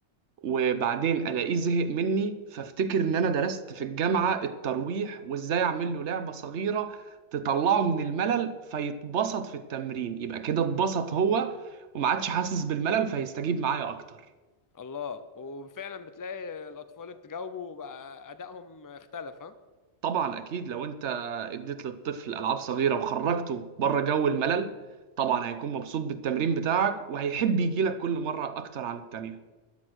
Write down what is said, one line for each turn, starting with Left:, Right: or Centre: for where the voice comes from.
Right: وبعدين الاقيه زهق مني فافتكر ان انا درست في الجامعة الترويح وازاي اعمل له لعبة صغيرة تطلعه من الملل فيتبسط في التمرين يبقى كده اتبسط هو وما عادش حاسس بالملل فيستجيب معايا اكتر
Left: الله وفعلا بتلاقي الأطفال اللي تجاوبوا بقى أدائهم اختلف ها
Right: طبعا اكيد لو انت اديت للطفل العاب صغيره وخرجته بره جو الملل طبعا هيكون مبسوط بالتمرين بتاعك وهيحب يجي لك كل مره اكتر عن التانية